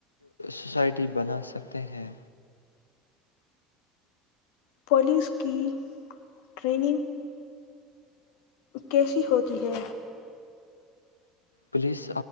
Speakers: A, on the left (about 85°); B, on the left (about 60°).
A: سوسائٹی بنا سکتے ہیں
B: پولیس کی ٹریننگ کیسی ہوتی ہے
A: پولیس